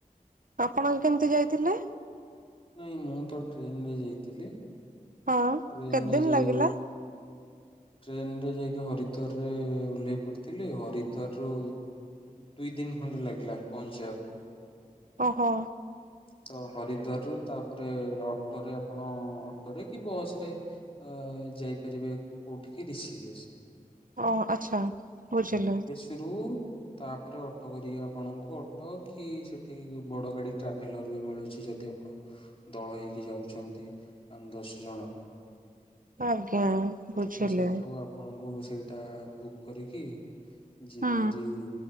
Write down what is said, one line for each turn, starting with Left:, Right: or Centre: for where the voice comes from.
Right: ଆପଣ କେମିତି ଯାଇଥିଲେ?
Left: ନାଇଁ ମୁଁ ତ ଟ୍ରେନରେ ଯାଇଥିଲି।
Right: ହଁ
Left: ଟ୍ରେନରେ
Right: କେତେ ଦିନ
Left: ଯାଇ
Right: ଲାଗିଲା?
Left: ଟ୍ରେନରେ ଯାଇକି ହରିଦ୍ୱାରରେ ଓହ୍ଲେଇ ପଡ଼ିଥିଲି ହରିଦ୍ୱାର ରୁ ଦୁଇ ଦିନ ଖଣ୍ଡେ ଲାଗିଲା ପହଞ୍ଚିବା ପାଇଁ।
Right: ଓହୋ।
Left: <unintelligible> ତ ହରିଦ୍ୱାର ରୁ ତାପରେ ଅଟୋରେ ଆପଣ ଅଟୋରେ କି ବସ ରେ ଅ ଯାଇପାରିବେ କୋଉଠିି କି ରିଶିକେଶ।
Right: ଓ ଆଚ୍ଛା ବୁଝିଲୁ।
Left: ରୁ ତାପରେ ଅଟୋ କରିକି ଆପଣଙ୍କୁ ଅଟୋ କି ସେଠି ବଡ ଗାଡି ଟ୍ରାଭେଲର ବି ମିଳୁ ଛି ଯଦି ଆପଣ ଦଳ ହେଇକି ଯାଉଛନ୍ତି ପାଞ୍ଚ ଦଶ ଜଣ।
Right: ଆଜ୍ଞା। ବୁଝିଲି।
Left: ତ ସେଠୁ ଆପଣଙ୍କୁ ସେଇଟା ବୁକ୍ କରିକି। ଯିବେ
Right: ହୁଁ
Left: ହେରି